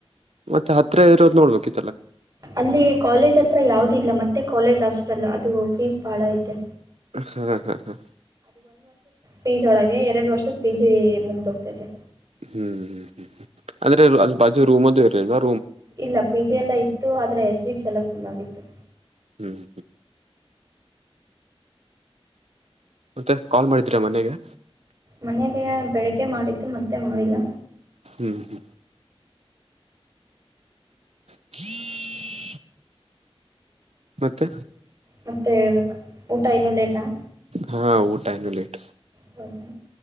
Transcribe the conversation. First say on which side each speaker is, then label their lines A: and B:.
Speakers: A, on the right; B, on the right.
A: ಮತ್ತ ಹತ್ರ ಇರೋದು ನೋಡ್ಬೇಕು.
B: ಅಲ್ಲಿ ಕಾಲೇಜ್ ಹತ್ರ ಯಾವ್ದ ಇಲ್ಲ ಮತ್ತೆ ಕಾಲೇಜ್ ಹಾಸ್ಟೆಲ ಅದು ಫೀಸ್ ಬಾಳ ಐತೆ.
A: ಹಾಂ ಹಾ ಹಾ.
B: ಪಿ ಜಿ ಒಳಗೆ ಎರಡು ವರ್ಷದ ಪಿ ಜಿ ಮುಗ್ದೋಗ್ತೈತೆ
A: ಹ್ಮ್ ಹ್ಮ್ ಹ್ಮ್ ಅಂದ್ರೆ ಅಲ್ಲಿ ಬಾಜು ರೂಮದ ಇರಲಿಲ್ವ
B: ಇಲ್ಲ ಪಿಜೆ ಎಲ್ಲ ಇತ್ತು ಆದರೆ ಸ್ವೀಟ್ಸ್ ಎಲ್ಲ ಫುಲ್ಲಾಗಿತ್ತು
A: ಹ್ಮ್ ಮತ್ತೆ ಕಾಲ್ ಮಾಡಿದೀರಾ ಮನೆಗೆ
B: ಮನೆಗೆ ಬೆಳಿಗ್ಗೆ ಮಾಡಿದ್ದು ಮತ್ತೆ ಮಾಡಿಲ್ಲ
A: ಹ್ಮ್ ಹ್ಮ <unintelligible> ಮತ್ತೆ
B: ಮತ್ತೆ ಹೇಳ್ಬೇಕು ಊಟ ಇನ್ನೂ ಲೇಟಾ
A: ಹಾ ಊಟ ಇನ್ನೂ ಲೇಟ್
B: ಹೌದಾ